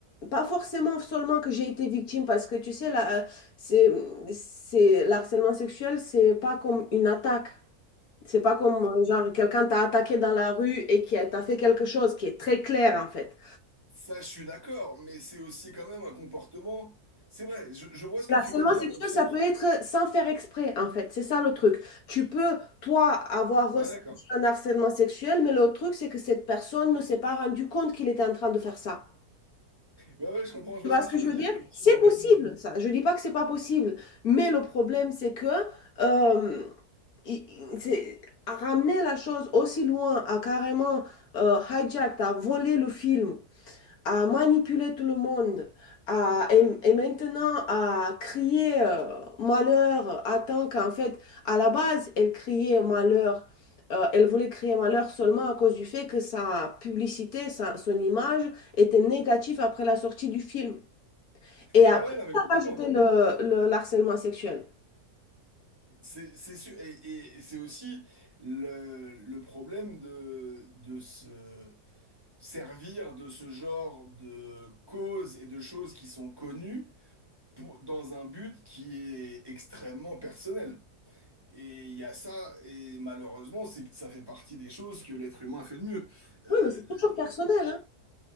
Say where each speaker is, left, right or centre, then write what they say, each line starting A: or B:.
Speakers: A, on the left; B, on the right.
A: pas forcément seulement que j'ai été victime, parce que tu sais, la, euh, c'est, c'est, l'harcèlement sexuel, c'est pas comme une attaque. C'est pas comme, euh, genre, quelqu'un t'a attaqué dans la rue et qui a- t'a fait quelque chose qui est très clair, en fait.
B: Ça, je suis d'accord, mais c'est aussi quand même un comportement... C'est vrai, je, je vois ce
A: L'harcèlement
B: que tu veux dire
A: sexuel,
B: dans le sens...
A: ça peut être sans faire exprès, en fait. C'est ça le truc. Tu peux, toi, avoir ressenti
B: Ouais, d'accord.
A: un harcèlement sexuel, mais le truc, c'est que cette personne ne s'est pas rendu compte qu'il était en train de faire ça.
B: Ouais, ouais, je comprends, je
A: Tu
B: vois
A: vois
B: ce que
A: ce que
B: tu
A: je
B: veux
A: veux
B: dire,
A: dire?
B: effectivement.
A: C'est possible,
B: Hmm.
A: ça. Je dis pas que c'est pas possible. Mais le problème, c'est que euh, il- il- c'est- à ramener la chose aussi loin, à carrément euh, hijack, à voler le film à manipuler tout le monde, à, et, et maintenant à crier euh, malheur, à tant qu'en fait, à la base, elle criait malheur. Euh, elle voulait crier malheur seulement à cause du fait que sa publicité, sa- son image était négative après la sortie du film. Et après,
B: Ouais, ouais, non, mais
A: elle
B: complètement.
A: a rajouté le, le, le harcèlement sexuel.
B: C'est, c'est sûr, et, et- et c'est aussi le, le problème de, de se servir de ce genre de causes et de choses qui sont connues pour- dans un but qui est extrêmement personnel. Et il y a ça, et malheureusement, c'est, ça fait partie des choses que l'être humain a fait de mieux. Euh,
A: Oui, mais c'est toujours
B: le,
A: personnel, hein.